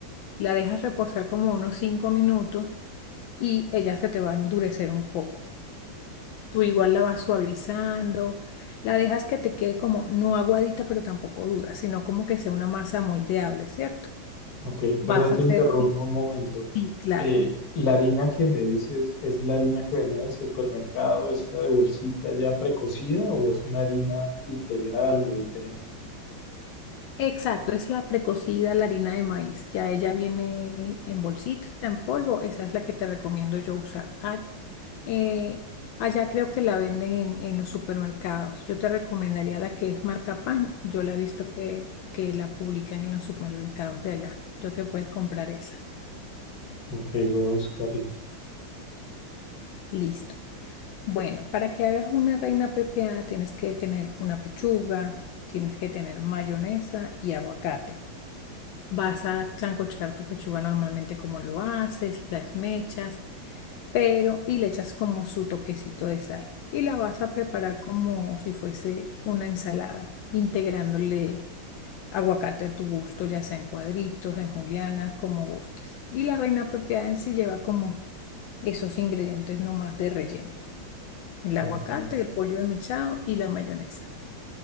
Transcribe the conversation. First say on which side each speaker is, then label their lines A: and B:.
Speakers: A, on the left; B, on the left.
A: La dejas reposar como unos 5 minutos y ella se te va a endurecer un poco. Tú igual la vas suavizando, la dejas que te quede como no aguadita, pero tampoco dura, sino como que sea una masa moldeable, ¿cierto?
B: Ok,
A: Vas
B: perdón,
A: a
B: te
A: hacer,
B: interrumpo un momento.
A: y claro,
B: Eh, la harina que me dices, ¿es la harina que venden en el supermercado, esta de bolsita ya precocida o es una harina integral o diferente?
A: exacto, es la precocida, la harina de maíz. Ya ella viene en bolsita, en polvo, esa es la que te recomiendo yo usar. Ah, eh, allá creo que la venden en, en los supermercados. Yo te recomendaría la que es marca Pan. Yo la he visto que, que la publican en los supermercados de allá. Creo que puedes comprar esa.
B: Ok, voy a buscarla.
A: Listo. Bueno, para que hagas una reina pepiada tienes que tener una pechuga, tienes que tener mayonesa y aguacate. Vas a sancochar tu pechuga normalmente como lo haces, las mechas, pero y le echas como su toquecito de sal. Y la vas a preparar como si fuese una ensalada, integrándole aguacate a tu gusto, ya sea en cuadritos, en julianas, como gustes. Y la reina pepiada en sí lleva como esos ingredientes nomás de relleno, el aguacate,
B: Ok,
A: el pollo desmechado y la mayonesa.